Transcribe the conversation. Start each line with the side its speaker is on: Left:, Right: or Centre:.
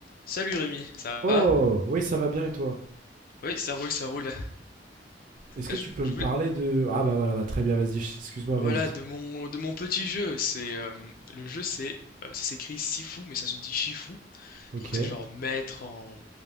Left: Salut Rémi, ça
Right: Oh,
Left: va?
Right: oui, ça va bien et toi?
Left: Oui, ça roule, ça roule.
Right: Est-ce que
Left: Euh,
Right: tu
Left: Je,
Right: peux
Left: je
Right: me
Left: voulais...
Right: parler de... Ah bah voilà, bah, très bien, vas-y, ch- excuse-moi,
Left: Voilà,
Right: vas-y.
Left: de mon, de mon petit jeu, c'est euh, le jeu c'est euh, ça s'écrit Sifu mais ça se dit Shifu.
Right: Ok.
Left: Je crois que c'est genre maître en,